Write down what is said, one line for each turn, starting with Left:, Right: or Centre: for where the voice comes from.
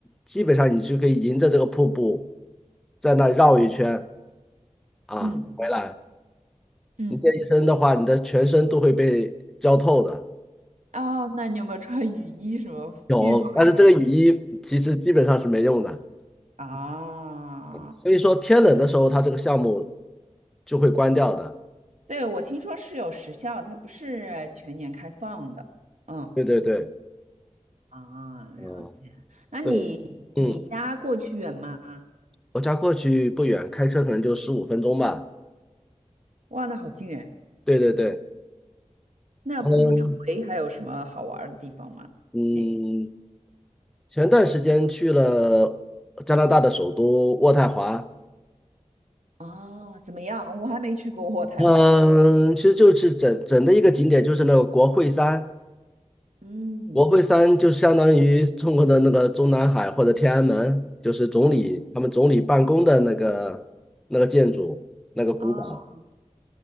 Centre: 基本上你就可以迎着这个瀑布在那绕一圈啊回来。
Right: 嗯嗯，
Centre: 你这一身的话，你的全身都会被浇透的。
Right: 哦，那你有没有穿雨衣什么预防一下？
Centre: 有，但是这个雨衣其实基本上是没用的。
Right: 啊，
Centre: 所以说天冷的时候，它这个项目就会关掉的。
Right: 对，我听说是有时效，它不是全年开放的。嗯，
Centre: 对对对，
Right: 啊，
Centre: 嗯，
Right: 了解。那你你家过去远吗？
Centre: 对，嗯，我家过去不远，开车可能就十五分钟吧。
Right: 哇，那好近哎。
Centre: 对对对，
Right: 那瀑布周围还有什么好玩儿的地方吗？
Centre: 嗯嗯，
Right: 你
Centre: 前段时间去了加拿大的首都渥太华，
Right: 哦，怎么样？我还没去过渥太华。
Centre: 嗯，其实就是整整的一个景点就是那个国会山。
Right: 嗯
Centre: 国会山就相当于中国的那个中南海或者天安门，就是总理他们总理办公的那个那个建筑，
Right: 嗯，
Centre: 那个古堡，
Right: 哦，